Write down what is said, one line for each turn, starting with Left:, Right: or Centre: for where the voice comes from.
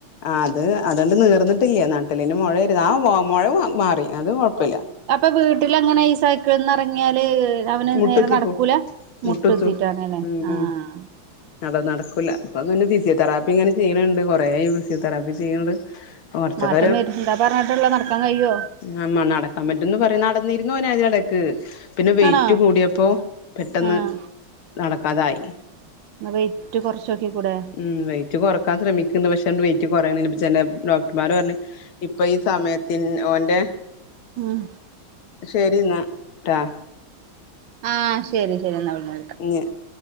Left: ആ അത് അതണ്ട് നീർന്നിട്ടില്ല നട്ടെല്ലിന് മുഴ ആയിരുന്നു ആ മുഴ മാറി അത് കൊഴപ്പമില്ല.
Right: അപ്പൊ വീട്ടില് എങ്ങനെ ഈ സൈക്കിൾന്ന് എറങ്ങിയാല് ഉ അവന്
Left: മുട്ടുത്തിപ്പോ
Right: നേരെ നടക്കൂല മുട്ട്
Left: മുട്ടുത്തും
Right: കുത്തിട്ടാണ് അല്ലേ
Left: ഉം
Right: ആഹ്
Left: ഉം നട നടക്കൂല്ല ഇപ്പന്നെ ഫിസിയോതെറാപ്പി ഇങ്ങനെ ചെയ്യണണ്ട് കൊറെേ ആയി ഫിസിയോതെറാപ്പി ചെയ്യണ്ട്. കൊറച്ചൊക്കെ
Right: മാറ്റം വരും എന്താ പറഞ്ഞിട്ടള്ള നടക്കാൻ കഴിയുവോ
Left: ആ നം നടക്കാൻ പറ്റുംന്ന് പറയും നടന്നിരുന്നു ഓൻ ഇടക്ക് പിന്നെ വെയ്
Right: ആണോ
Left: റ്റു കൂടിയപ്പോ പെട്ടെന്ന്
Right: ആഹ്
Left: നടക്കാതായി
Right: എന്ന വെയിറ്റ് കൊറച്ചോക്കിക്കൂടെ?
Left: ഉ വയിറ്റ് കൊറക്കാൻ ശ്രമിക്ക്‌ണ്ട് പക്ഷെ അങ്ങട്ട് വെയിറ്റ് കുറയണില്ലാ ചെലപ്പോ ഡോക്ടർമാർ പറഞ്ഞ് ഇപ്പൊ ഈ സമയത്തിന് ഓന്റെ
Right: ഉം
Left: ശരി എന്നാ ട്ടാ
Right: ആഹ് ശരി ശരി എന്നാ പിന്നെ
Left: <unintelligible>